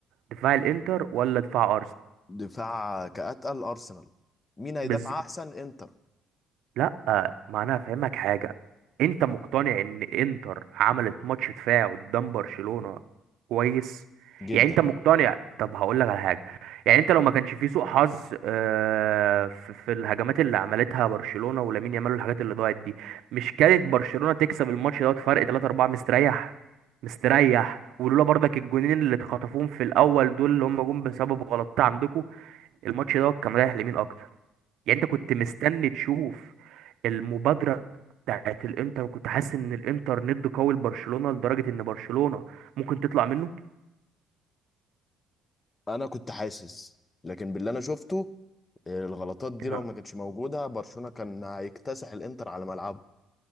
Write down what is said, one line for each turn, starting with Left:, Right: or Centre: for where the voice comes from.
Right: دفاع الانتر ولا دفاع
Left: دفاع كأتقل أرسنال مين هيدافع
Right: ارسنال
Left: أحسن إنتر
Right: لا ما انا هفهمك حاجه انت مقتنع ان انتر عملت ماتش دفاع قدام برشلونه كويس
Left: جدا
Right: يعني انت مقتنع طب هقول لك على حاجه يعني انت لو ما كانش في سوء حظ آه، في في الهجمات اللي عملتها برشلونه ولامين يامال والحاجات اللي ضاعت دي مش كانت برشلونه تكسب الماتش دوت فرق 3 4 مستريح مستريح ولولا برضك الجونين اللي اتخطفوهم في الاول دول اللي هم جم بسبب غلطات عندكم الماتش دوت كان رايح لمين اكتر يعني انت كنت مستني تشوف المبادرة بتاعت الانتر وكنت حاسس ان الانتر ند قوي لبرشلونة لدرجة ان برشلونة ممكن تطلع منه
Left: أنا كنت حاسس لكن باللي أنا شفته آه، الغلطات دي
Right: آه،
Left: لو ما كانتش موجودة برشلونة كان هيكتسح الإنتر على ملعبه